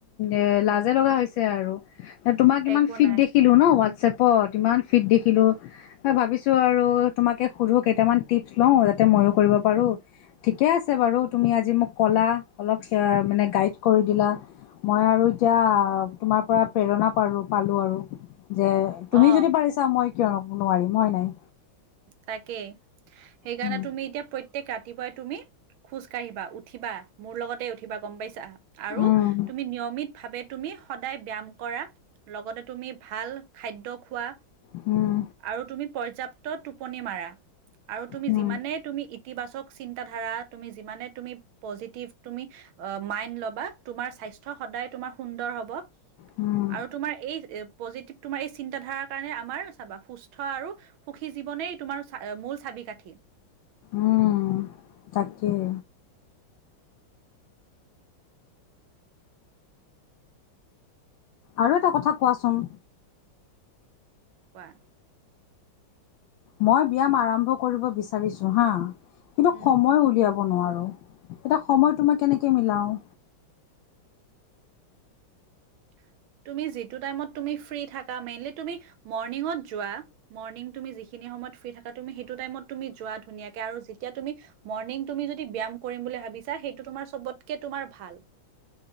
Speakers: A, on the left; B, on the right.
A: এ লাজে লগা হৈছে। সেয়াই আৰু তোমাক ইমান
B: একো
A: ফিট
B: নাই
A: দেখিলো ন হোৱাটছএপত ইমান ফিট দেখিলো, ভাবিছো আৰু তোমাকে সুধো কেইটামান টিপছ ল যাতে মইো কৰিব পাৰো, থিক ঠিকে আছে বাৰু তুমি আজি মোক ক'লা অলপ মানে গাইড কৰি দিলা। মই আৰু এতিয়া, তোমাৰ পৰা প্ৰেৰণা পাৰো পালো আৰু, যে
B: অ
A: তুমি যদি পাৰিছা মই। কিয় ব নোৱাৰিম হয় নাই?
B: তাকেই, সেইকাৰণে
A: উম,
B: তুমি এতিয়া প্ৰত প্ৰত্যেক ৰাতিপুৱাই তুমি খোজ কাঢ়িবা, উঠিবা, মোৰ লগতে উঠিবা গম পাইছা। আৰু
A: উম,
B: তুমি নিয়মিত ভাৱে তুমি সদায় ব্যায়াম কৰা, লগতে তুমি ভাল খাদ্য খোৱা,
A: হম।
B: আৰু তুমি পৰ্যাপ্ত টোপনি মাৰা, আৰু তুমি
A: উম,
B: যিমানে তুমি ইতিবাচক চিন্তা ধাৰা তুমি যিমানে। তুমি প্ৰজিতিভ তুমি মাইন ল'বা, তোমৰ স্বাস্থ্য সদায় তোমাৰ সুন্দৰ হব,
A: উম,
B: আৰু তোমাৰ এই প্ৰজীতিভ টোমৰ এই চি। চিন্তাধাৰাৰ কাৰণে আমাৰ চাবা সুস্থ আৰু সুখী জীৱনেই তোমাৰ মূল চাবি কাঠি।
A: উম তাকেই। আৰু এটা কথা কোৱাচোন?
B: কোৱা?
A: মই ব্যায়াম আৰম্ভ কৰিব বিচাৰিছো হা কিন্তু
B: উম
A: সময় উলিয়াব। ব নোৱাৰোঁ, এতিয়া সময় তোমাক কেনেকে মিলাও।
B: <unintelligible> তুমি যিটো টাইমত তুমি ফ্ৰী থাকা, মেইনলি তুমি মৰ্নিংঙত যোৱা, মৰ্নিং তুমি যিখিনি। তমত ফ্ৰী থাকা তুমি হেইটো টাইমট যোৱা ধুনীয়াকে আৰু যেতিয়া তুমি মৰ্নিং তুমি যদি বিয়াম কৰিম বোলি ভাবি। বিচা সেইটো তোমাৰ চবতকে তোমাৰ ভাল,